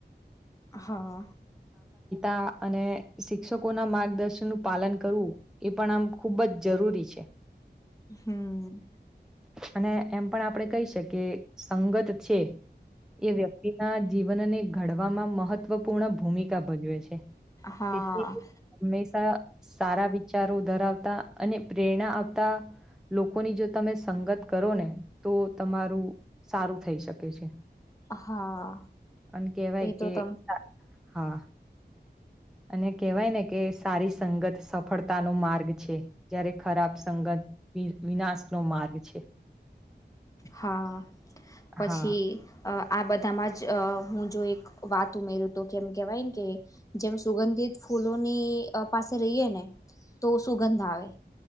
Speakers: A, on the left (about 20°); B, in the centre.
A: હા.
B: આ અને શિક્ષકોના માર્ગદર્શન નું પાલન કરવું એ પણ આમ ખૂબ જ જરૂરી છે.
A: હમ્મ.
B: અને એમ પણ આપણેે કહી શકીએ સંગત છે એ વ્યક્તિના જીવનને ઘડવામાં મહત્વપૂર્ણ ભૂમિકા ભજવે છે.
A: હા
B: તેથી કે હંમેશા સારા વિચારો ધરાવતા અને પ્રેરણા આવતા લોકોની જો તમે સંગત કરો ને, તો તમારું સારું થઈ શકે છે.
A: હા.
B: અને કહેવાય
A: એ
B: કે
A: તો
B: <unintelligible>
A: તમ
B: હા. અને કહેવાય ને કે સારી સંગત સફળતાનો માર્ગ છે. જયારે ખરાબ સંગત વિ વિનાશનો માર્ગ છે.
A: હા, પછી
B: હા,
A: અહ આ બધામાં જ હું જો એક વાત ઉમેરું તો કેમ કેવાયને કે જેમ સુગંધિત ફૂલોની અહ પાસે રહીયે ને તો સુુંગંધ આવે.